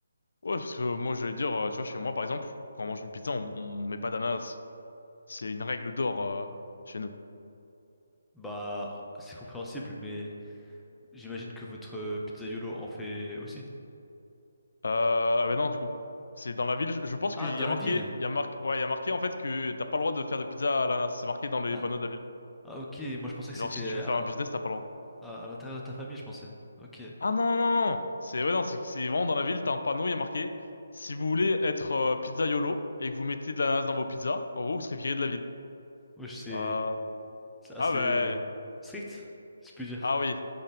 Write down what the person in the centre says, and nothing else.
Bah, c'est compréhensible, mais J'imagine que votre pizzaiolo en fait aussi.
Ah,
dans
la
ville!
Ah,
ah, ok, moi je pensais que
c'était
à
l'in-
à- à l'intérieur de ta famille, je pensais. Ok.
Wesh, c'est
c'est assez
strict, si je puis dire.